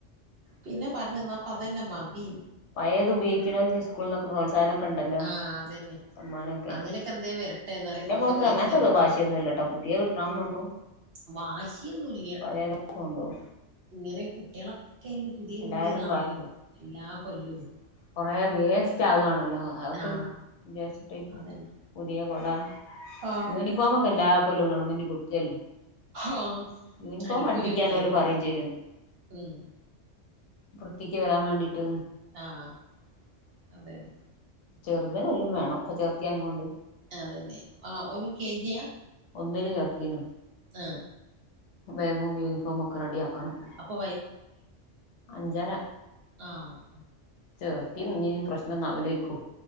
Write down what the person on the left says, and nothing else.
പയത് ഉപോഗിക്കണോെർക്ക് സ്കൂളിലൊക്കെ പ്രോത്സാഹന ഒക്ക ഉണ്ടല്ലോ
അമ്മാനൊക്കെ
എന്റെ
മോക്ക്
അങ്ങനത്തെോ വാശിയൊന്നുമില്ലാട്ടോ പുതിയ കിട്ടണംന്നൊന്നും
പഴയതൊക്കെകൊണ്ടോ-
എല്ലാരും
കൊറെേ വേസ്റ്റ് ആവുകവാണല്ലോ അതൊക്കെ
വിചാരിച്ചിട്ടേക്കൂം
പുതിയ കൊട
യൂണിഫോമൊക്കെ എല്ലാ കൊല്ലോം ഗവൺമെന്റ് കൊടുക്കല്ലോ
യൂണിഫോം
അടുപ്പിക്കാൻ
ഓല് പറയും ചെയ്യും
വൃത്തിക്ക് വരാൻ വേണ്ടീട്ട്
ചെറുതെല്ലാം വേണം അപ്പൊ ചെർത്തിയാന കൊണ്ട്
ഒന്നില് ചേർത്തിന്
ബാഗും യൂണിഫോമു ഒക്കെ റെഡി ആക്കണം
അഞ്ചര
ചേർത്തിനിഞ്ഞി പ്രശ്നംഒന്നും ആവൂലെർക്കും